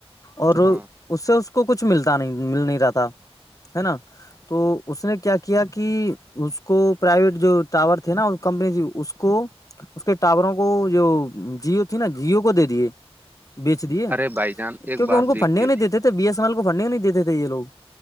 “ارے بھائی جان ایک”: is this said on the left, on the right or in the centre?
Right